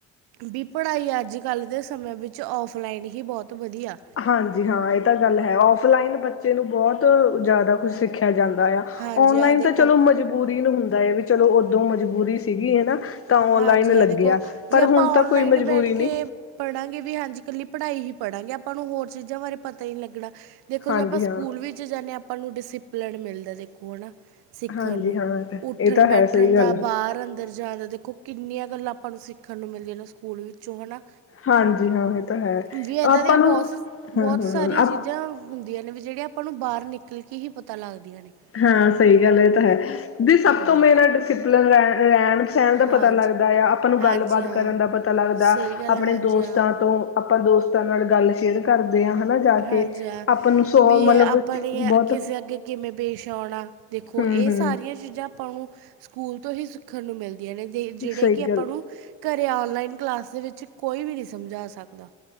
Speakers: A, on the right (about 70°); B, on the left (about 35°).
A: ਬੀ ਪੜ੍ਹਾਈ ਅੱਜ-ਕੱਲ ਦੇ ਸਮੇਂ ਵਿੱਚ ਔਫਲਾਈਨ ਹੀ ਬਹੋਤ ਵਦੀਆ
B: ਹਾਂਜੀ, ਹਾਂ ਏਹ ਤਾਂ ਗੱਲ ਹੈ, ਔਫਲਾਈਨ ਬੱਚੇ ਨੂੰ ਬੋਤ ਜਿਆਦਾ ਕੁਛ ਸਿੱਖਿਆ ਜਾਂਦਾ ਆ।
A: ਹਾਂਜੀ
B: ਔਨਲਾਈਨ
A: ਹਾਂ ਦੇਖੋ
B: ਤਾਂ ਚਲੋ ਮਜਬੂਰੀ ਨੂੰ ਹੁੰਦਾ ਹੈ ਵੀ ਚਲੋ ਓਦੋਂ ਮਜਬੂਰੀ ਸੀਗੀ ਹਨਾ ਤਾਂ ਔਨਲਾਈਨ
A: ਹਾਂਜੀ ਹਾਂ
B: ਲੱਗਿਆ
A: ਦੇਖੋ
B: ਪਰ
A: ਜੇ ਆਪਾਂ
B: ਹੁਣ
A: ਔਨਲਾਈਨ
B: ਤਾਂ ਕੋਈ ਮਜਬੂਰੀ
A: ਬੈਠ
B: ਨਹੀਂ
A: ਕੇ ਪੜਾਂਗੇ ਵੀ ਹਾਂਜੀ ਇਕੱਲੀ ਪੜ੍ਹਾਈ ਹੀ ਪੜਾਂਗੇ ਆਪਾਂ ਨੂੰ ਹੋਰ ਚੀਜਾਂ ਬਾਰੇ ਪਤਾ ਈ ਨਈ ਲੱਗਣਾ ਦੇਖੋ
B: ਹਾਂਜੀ
A: ਜੇ ਆਪਾਂ ਸਕੂਲ
B: ਹਾਂ
A: ਵਿੱਚ ਜਾਂਦੇ ਹਾਂ ਆਪਾਂ ਨੂੰ ਡਿਸੀਪਲੀਨ ਮਿਲਦਾ, ਦੇਖੋ ਹੈਨਾ ਸਿੱਖਣ
B: ਹਾਂਜੀ
A: ਨੂੰ,
B: ਹਾਂ ਇਹ ਤਾਂ
A: ਉੱਠਣ-ਬੈਠਣ
B: ਇਹ ਤਾਂ ਹੈ ਸਹੀ ਗੱਲ
A: ਦਾ ਬਾਹਰ-ਅੰਦਰ ਜਿਆਦਾ ਦੇਖੋ ਕਿੰਨੀਆਂ ਗੱਲਾਂ ਆਪਾਂ ਨੂੰ ਸਿੱਖਣ ਨੂੰ ਮਿਲਦੀਆਂ ਨੇ ਸਕੂਲ ਵਿੱਚੋਂ ਹਨਾ
B: ਹਾਂਜੀ ਹਾਂ ਇਹ ਤਾਂ ਹੈ
A: ਬਈ ਐਦਾਂ
B: ਆਪਾਂ
A: ਦੀਆਂ ਬਹੋਤ
B: ਨੂੰ
A: ਸ ਬਹੋਤ
B: ਹਾਂ
A: ਸਾਰੀਆਂ
B: ਹਾਂ
A: ਚੀਜਾਂ ਹੁੰਦੀਆਂ ਨੇ ਵੀ ਜੇਹੜੀਆਂ ਬੀ ਆਪਾਂ ਨੂੰ ਬਾਹਰ ਨਿਕਲ ਕੇ ਹੀ ਪਤਾ ਲੱਗਦੀਆਂ ਨੇ
B: ਹਾਂ ਸਈ ਗੱਲ ਏ, ਏਹ ਤਾਂ ਹੈ। ਬਈ ਸਭ
A: ਹਾਂਜੀ
B: ਤੋਂ ਮੇਨ
A: ਹਾਂ।
B: ਮਤਲਬ ਰਹਿਣ ਰਹਿਣ-ਸਹਿਣ ਦਾ
A: ਹਾਂਜੀ
B: ਪਤਾ ਲੱਗਦਾ ਆ, ਆਪਾਂ ਨੂੰ
A: ਹਾਂਜੀ
B: ਗੱਲਬਾਤ
A: ਹਾਂ
B: ਕਰਨ ਦਾ ਪਤਾ ਲੱਗਦਾ-
A: ਸਹੀ ਗੱਲ
B: ਆਪਣੇ
A: ਹੈ, ਹਾਂਜੀ
B: ਦੋਸਤਾਂ
A: ਹਾਂ
B: ਤੋਂ ਆਪਾਂ ਦੋਸਤਾਂ ਨਾਲ ਗੱਲ ਸ਼ੇਅਰ ਕਰਦੇ ਹਾਂ, ਹਨਾ ਜਾ
A: ਹਾਂਜੀ
B: ਕੇ
A: ਹਾਂ,
B: ਆਪਾਂ ਨੂੰ ਸੌ
A: ਬੀ
B: ਮਤਲਬ
A: ਆਪਣੀ
B: ਬਹੁਤ
A: ਕਿਸੇ ਅੱਗੇ ਕਿਵੇਂ ਪੇਸ਼ ਔਣਾ, ਦੇਖੋ
B: ਹਮ
A: ਏਹ
B: ਹਮ
A: ਸਾਰੀਆਂ ਚੀਜਾਂ ਆਪਾਂ ਨੂੰ ਸਕੂਲ ਤੋਂ ਹੀ ਸਿੱਖਣ ਨੂੰ ਮਿਲਦੀਆਂ ਨੇ ਜ ਜੇਹੜੇ
B: ਸਹੀ
A: ਕਿ ਆਪਾਂ
B: ਗੱਲ
A: ਨੂੰ ਘਰ ਔਨਲਾਈਨ ਕਲਾਸ ਦੇ ਵਿੱਚ ਕੋਈ ਵੀ ਨਈ ਸਮਝਾ ਸਕਦਾ।